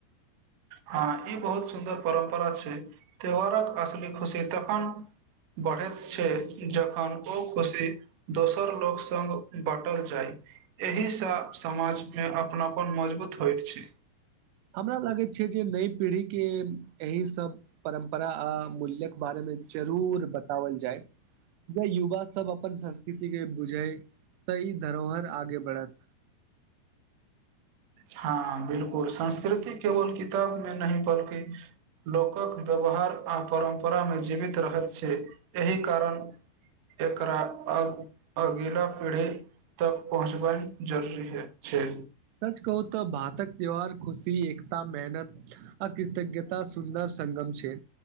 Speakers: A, on the right (about 65°); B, on the right (about 85°).
A: हँ ई बहुत सुन्दर परम्परा छै त्यौहारक असली खुशी तखन बढ़ैत छै जखन ओ खुशी दोसर लोक सङ्ग बाँटल जाय एहिसँ समाजमे अपनापन मजबूत होइत छै
B: हमरा लागैत छै जे नई पीढ़ीके एहि सब परम्परा आ मूल्यके बारेमे मे जरूर बताओल जाय जे युवा सब अपन संस्कृति के बुझै त ई धरोहर आगे बढ़त
A: हँ बिलकुल संस्कृति केवल किताब में नहि बल्कि लोकक व्यवहार आ परम्परामे जीवित रहैत छै एहि कारण एकरा अगिला पीढ़ी तक पहुँचबइ जरूरी ह छै
B: सच कहू तऽ भातक त्यौहार खुशी एकता मेहनत अ कृतज्ञता सुन्दर संगम छै